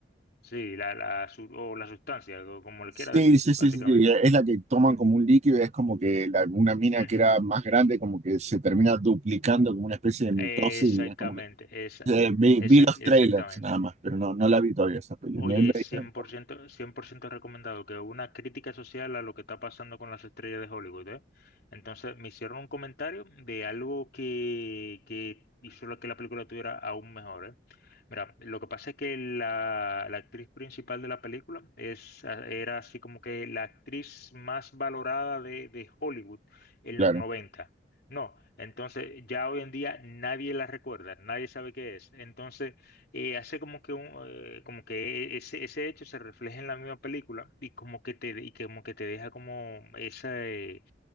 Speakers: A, on the left (about 60°); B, on the right (about 40°).
A: Sí, la, la, su- o la sustancia, o como le
B: Sí,
A: quiera decir,
B: sí, sí,
A: básicamente.
B: sí, sí, Es la que toman como un líquido, es como que la- una mina
A: Ujú.
B: que era más grande, como que se termina duplicando como una especie de mitosis,
A: Exactamente,
B: y es como que
A: esa,
B: eh, vi,
A: esa-
B: vi los trailers
A: exactamente.
B: nada más, pero no, no la vi todavía esa película.
A: Oye,
B: Me- me-
A: cien cien por ciento, cien por ciento recomendado, que una crítica social a lo que está pasando con las estrellas de Hollywood, ¿eh? Entonces me hicieron un comentario de algo que, que hizo lo que la película tuviera aún mejor, ¿eh? Mira, lo que pasa es que la, la actriz principal de la película es, ah, era así como que la actriz más valorada de, de Hollywood en
B: claro.
A: los 90. No, entonces ya hoy en día nadie la recuerda, nadie sabe qué es. Entonces eh, hace como que un, eh, como que e- ese, ese hecho se refleja en la misma película y como que te, y que como que te deja como esa, eh,